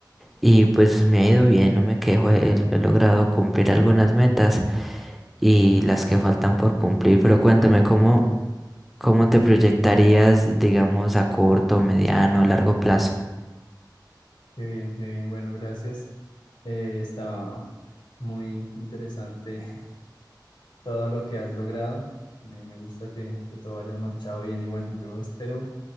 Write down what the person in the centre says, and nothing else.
y pues me ha ido bien, no me quejo, he, he logrado cumplir algunas metas y las que faltan por cumplir, pero cuéntame, ¿cómo, cómo te proyectarías, digamos, a corto, mediano, largo plazo?